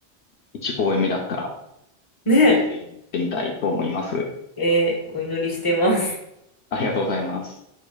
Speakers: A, on the left; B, on the left.
A: 1公演目だったら、
B: ね
A: ぜひぜひ行ってみたいと思います。
B: え、ええお祈りしてます。
A: ありがとうございます。